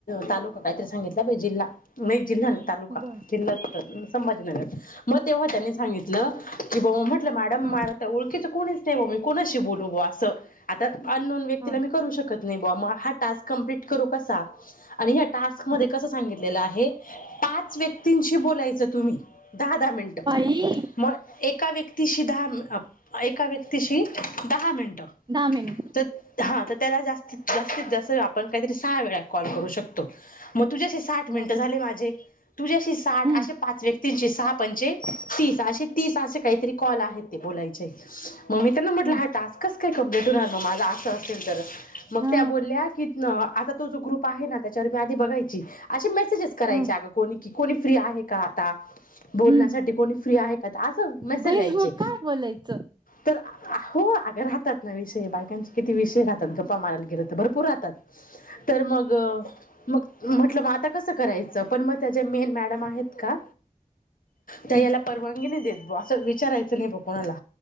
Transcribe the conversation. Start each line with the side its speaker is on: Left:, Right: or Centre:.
Left: तालुका काहीतरी सांगितला बा जिल्हा म्ह एक जिल्हा नाही तालुका
Right: बर
Left: जिल संभाजीनगर मग तेव्हा त्यांनी सांगितलं की बा मॅडम
Right: ह
Left: मला ओळखीच कोणीच नाही हो मी कोुणाशी बोलू ब असं आता अननोन व्यक्तीला
Right: ह
Left: मी करू शकत नाही बा म हा टास्क कंप्लीट करू कसा आणि या टास्क
Right: ह
Left: मध्ये कसं सांगितलेलं आहे पाच व्यक्तींशी बोलायचं तुम्ही दहा दहा मिनट
Right: बाई
Left: एका व्यक्तीशी दहा एका व्यक्तीशी दहा मिनटं
Right: दहा मिनिट
Left: तर हा तर त्याला जास्त जास्तीत जास्त आपण काहीतरी सहा वेळा कॉल करू शकतो मग तुझ्या साठ मिनट
Right: बापरे
Left: झाले माझे तुझ्याशी साठ
Right: हम्म
Left: असे पाच व्यक् तीनशे सहा पंचेे तीस असे तीस असे काहीतरी कॉल आहेत ते बोलायचे मग मी त्यांना म्हटलं
Right: हम्म
Left: हा टास्कच काय कमप्लीट होणार मग माझा असं असेल तर मग
Right: हा
Left: त्या बोलल्या की आता तो जो ग्रुप आहे ना त्याच्यावर मी आधी बघायची असे मेसेजेस करायचे
Right: हा
Left: अ कोणी की कोणी फ्री आहे का आता बोलण्यासाठी
Right: हम्म
Left: कोणी फ्री आहे का असं मेसेज
Right: बई
Left: यायचे.
Right: मग काय बोलायचं
Left: तर आ हो अग राहतात ना विषय बायकांचे किती विषय राहतात गप्पा मारायला गेले तर भरपूर राहतात. तर मग. मग म्हटलं मग आता कसं करायचं पण मग त्या ज मेन मॅडम आहेत का. त्या
Right: हम्
Left: याला परवानगी नाही देत ब असं विचारायचं नाही ब कोणाला?